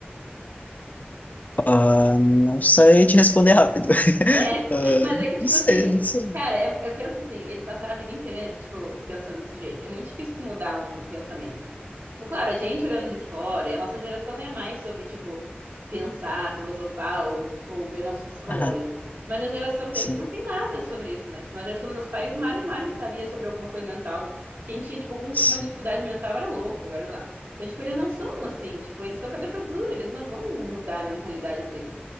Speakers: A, on the left (about 45°); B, on the right (about 90°).
A: Ah, não sei te responder rápido. <laughs>
B: É, <laughs>
A: Ah,
B: mas é que, tipo
A: não sei,
B: assim,
A: não sei.
B: cara, é- eu penso assim, eles passaram a vida inteira, tipo, pensando desse jeito. É muito difícil tu mudar um pensamento. Tipo, claro, a gente olhando de fora, e a nossa geração é mais sobre, tipo, pensar, filosofar ou, ou ver nosso psicológico.
A: Aham,
B: Mas a geração deles
A: sim,
B: não tem nada sobre isso, né? Tipo, na geração dos meus pais, mal e mal sabia sobre alguma coisa mental. Quem tinha, tipo, alguma
A: sim.
B: dificuldade mental era louco, olha lá. Então, tipo, eles não são assim, tipo, eles são cabeça dura, eles não vão mudar a mentalidade deles.